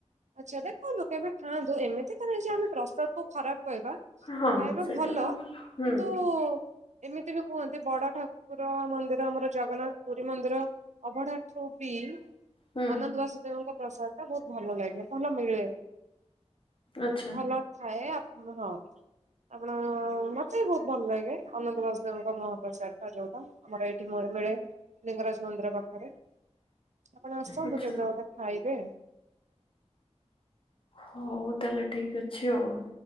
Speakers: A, on the right; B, on the left.
A: ଆଚ୍ଛା ଦେଖନ୍ତୁ କେବେ ଖାଆନ୍ତୁ ଏମିତି ତ ନହିଁ ଯେ ଆମେ ପ୍ରସାଦ କୁ ଖରାପ କହିବା
B: ହଁ
A: ଖାଇବା
B: ସେଇଟା
A: ଭଲ,
B: ତ ହୁଁ
A: କିନ୍ତୁ ଏମିତି ବି କୁହନ୍ତି ବଡ ଠାକୁର ମନ୍ଦିର ଆମର ଜଗନ୍ନାଥ ପୁରୀ ମନ୍ଦିର ଅଭଢା ପୁପି
B: ହୁଁ
A: ଅନନ୍ତ ବାସୁଦେବଙ୍କ ପ୍ରସାଦ ଟା ବହୁତ ଭଲ ଲାଗେ, ଭଲ ମିଳେ।
B: ଆଛା।
A: ଭଲ ଥାଏ ଆପଣ ହଁ। ଆପଣ ମତେ ବି ବହୁତ ଭଲ ଲାଗେ ଅନନ୍ତ ବାସୁଦେବଙ୍କୁ ମହାପ୍ରସାଦ ଟା ଯୋଉଟା ଆମର ଏଇଠି ମିଳେ। ଲିଙ୍ଗରାଜ ମନ୍ଦିର ପାଖରେ ଆପଣ ଆସନ୍ତୁ,
B: ଆଚ୍ଛା
A: କେବେ ଗୋଟେ ଖାଇବେ
B: ହଉ ତାହେଲେ ଠିକ୍ ଅଛି ଆଉ